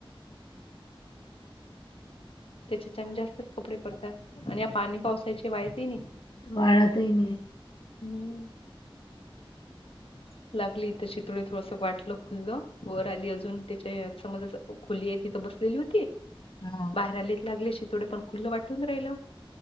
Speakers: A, on the left (about 80°); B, on the left (about 60°).
A: त्याच्याच्यान जास्तच कपडे पडत्या. आणि या पाणी पावसाची वायतई नई
B: वाळतही नाही.
A: हम्म. <unintelligible> लागली इथं चितुळे थोडस, वाटलं खुलं वर आली, अजून त्याच्या समज खोली आहे तिथं. बसलेली होती
B: हा
A: बाहेर आलीत लागले, शीथोडे पण खुलं वाटून राहिलं.